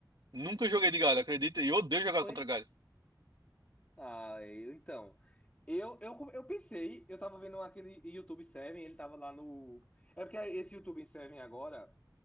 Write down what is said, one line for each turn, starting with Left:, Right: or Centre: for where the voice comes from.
Right: Nunca joguei de Garen, acredita? E eu odeio jogar
Left: Foi?
Right: contra Garen.
Left: Ah, é, então. Eu, eu, eu pensei, eu tava vendo aquele YouTube 7, ele tava lá no. É porque esse YouTube 7 agora.